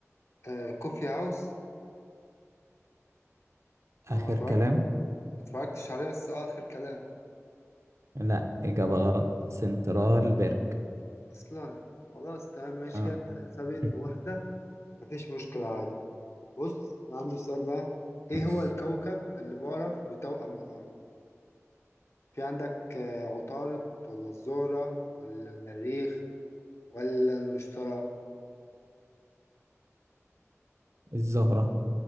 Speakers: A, on the left (about 60°); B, on the right (about 65°).
A: آه كوفي هاوس
B: آخر
A: انا ما اتفرجت
B: كلام
A: ما اتفرجتش عليه بس آه اخر كلام
B: لا إجابة غلط سنترال بيرك
A: اصلا خلاص تمام ماشي
B: اه
A: كده انت سابقني
B: <laughs>
A: بواحدة مفيش مشكلة عادي بص أنا عندي سؤال بقى ايه
B: ماشي
A: هو الكوكب اللي بعرف بتوأم الارض في عندك آه عطارد ولا الزهرة ولا المريخ ولا المشتري
B: الزهرة